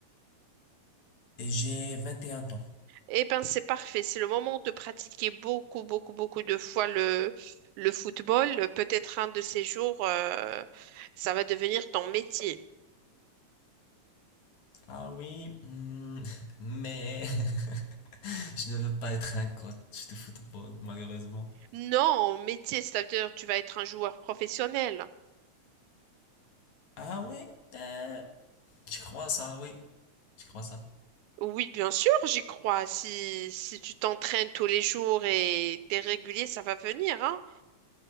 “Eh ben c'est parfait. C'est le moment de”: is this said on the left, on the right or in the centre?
Right